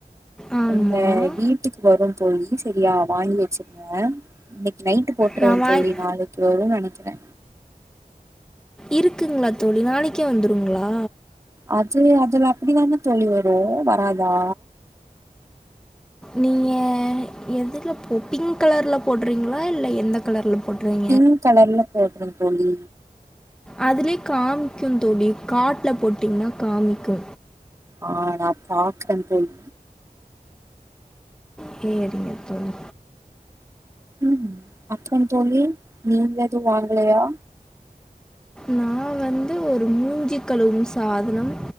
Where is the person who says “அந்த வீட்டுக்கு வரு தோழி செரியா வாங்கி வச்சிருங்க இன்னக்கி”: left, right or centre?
Right